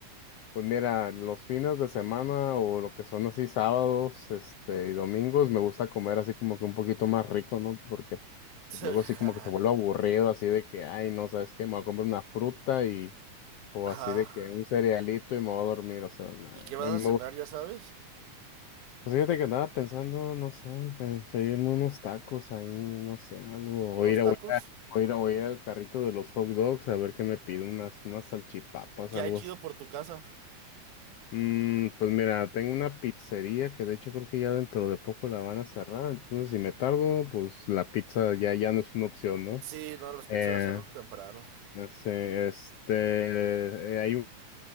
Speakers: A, on the left (about 85°); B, on the right (about 75°).
A: Pues mira, los fines de semana o lo que son así sábados, este, y domingos, me gusta comer así como que un poquito más rico, ¿no? Porque
B: <laughs>
A: pues, luego así como que se vuelve aburrido, así de que, ay, no, ¿sabes qué? Me voy a comer una fruta y, o
B: Ajá.
A: así de que un cerealito y me voy a dormir, o sea, nada,
B: ¿Y qué vas
A: me
B: a cenar,
A: gusta.
B: ya sabes?
A: Pues fíjate que andaba pensando, no sé, pe- pedirme unos tacos ahí, no sé, algo, o
B: ¿Unos
A: ir a,
B: tacos?
A: o ir a, o ir al carrito de los hot dogs a ver qué me pido, unas, unas salchipapas,
B: ¿Qué
A: algo
B: hay chido
A: así.
B: por tu casa?
A: Mm, pues mira, tengo una pizzería que de hecho creo que ya dentro de poco la van a cerrar, entonces si me tardo, pues la pizza ya, ya no es una opción, ¿no?
B: Sí, no, las pizzas
A: Eh,
B: las cerran temprano.
A: no sé, este, eh, hay